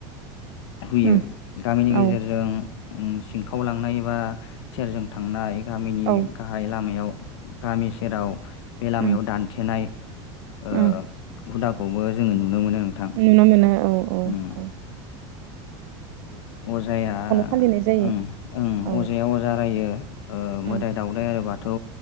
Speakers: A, on the left; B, on the right.
A: हुयो
B: उम
A: गामिनि गेजेरजों
B: औ
A: सिनखावलांनाय एबा सेरजों थांनाय गामिनि
B: औ
A: गाहाय लामायाव गामि सेराव बे लामायाव
B: उम
A: दानथेनाय ओ
B: उम
A: हुदाखौबो जोङो नुनो मोनो नोंथां
B: नुनो मोनो औ औ
A: ओम
B: औ।
A: अजाया
B: फालिनाय जायो
A: ओं ओं
B: औ
A: अजाया अजा रायो ओ मोदाय
B: उम
A: दावउदाय आरो बाथौ